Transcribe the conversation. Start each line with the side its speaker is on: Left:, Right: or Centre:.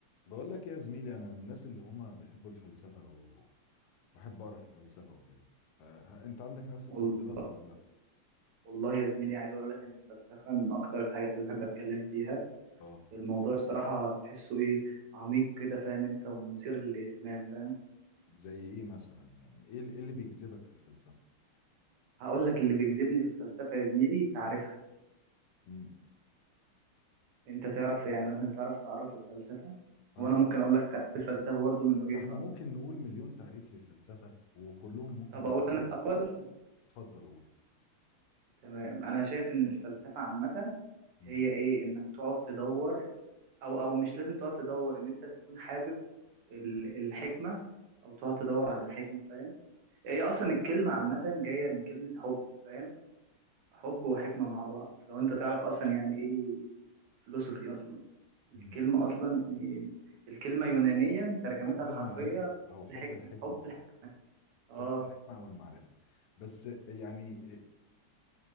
Left: بقول لك إيه يا زميلي انا من الناس اللي هم بيحبوا الفلسفه و... واحب اقرا في الفلسفه وكده فانت عندك نفس
Right: والله
Left: التفضيلات ولا لا
Right: والله يا زميلي عايز اقول لك ان الفلسفه من اكتر الحاجات اللي بحب اتكلم فيها
Left: اه
Right: الموضوع الصراحه تحسه ايه عميق كده فاهم انت ومثير للاهتمام فاهم
Left: زي ايه مثلا يعني ايه ال- إيه اللي بيجذبك في الفلسفه
Right: هقول لك اللي بيجذبني في الفلسفه يا زميلي تعرفها
Left: امم
Right: انت تعرف يعني مثلا تعرف تعرف الفلسفه
Left: آه،
Right: وانا ممكن اقول لك تعرف الفلسفه برضو من وجهه
Left: ده احنا
Right: نظري
Left: ممكن نقول مليون تعريف للفلسفه وكلهم ممكن
Right: طب
Left: نعتبرهم
Right: اقول انا
Left: صح
Right: الاول
Left: اتفضل قول
Right: تمام انا شايف ان الفلسفه عامه
Left: امم
Right: هي ايه انك تقعد تدور او او مش لازم تقعد تدور ان انت تكون حابب ال- الحكمه او تقعد تدور على الحكمه فاهم هي اصلا الكلمه عامه جايه من كلمه حب فاهم حب وحكمه مع بعض لو انت تعرف اصلا يعني ايه فلسفي اصلا الكلمه
Left: امم
Right: اصلا يعني إيه؟ الكلمه يونانيا ترجمتها
Left: حب
Right: الحرفيه
Left: المعرفه او حب
Right: الحكمه
Left: الحكمه
Right: حب الحكمه اه
Left: حب الحكمه او المعرفه بس يعني